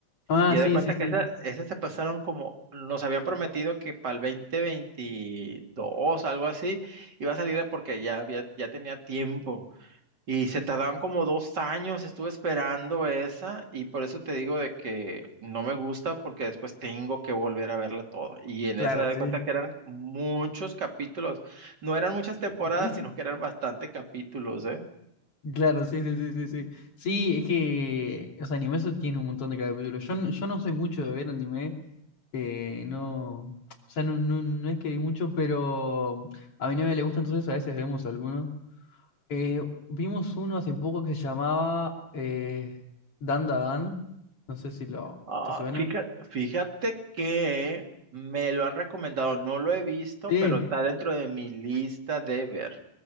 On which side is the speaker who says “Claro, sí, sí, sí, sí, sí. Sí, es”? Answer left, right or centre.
Left